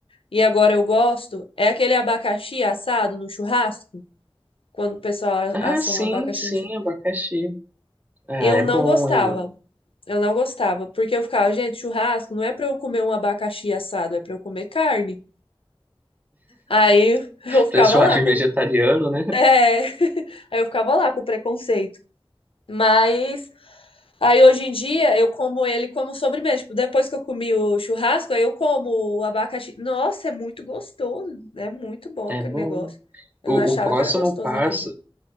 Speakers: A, on the left; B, on the right.
A: e agora eu gosto, é aquele abacaxi assado no churrasco. quando o pessoal
B: Ah,
A: assa
B: sim,
A: um abacaxi
B: sim,
A: no churrasco.
B: abacaxi. Ah,
A: Eu
B: é
A: não
B: bom
A: gostava.
B: aí, ó.
A: Eu não gostava, porque eu ficava, gente, churrasco não é pra eu comer um abacaxi assado, é pra eu comer carne. Aí <laughs>
B: <laughs>
A: eu ficava
B: Pra churrasco
A: lá com
B: vegetariano, né?
A: é, <laughs> aí eu ficava lá com preconceito. Mas aí hoje em dia eu como ele como sobremesa. Tipo, depois que eu comi o churrasco, aí eu como o abacaxi. Nossa, é muito gostoso, né? é muito bom
B: É
A: aquele
B: bom.
A: negócio. Eu
B: O,
A: não achava
B: o próximo
A: que era gostoso
B: passo
A: naquele dia.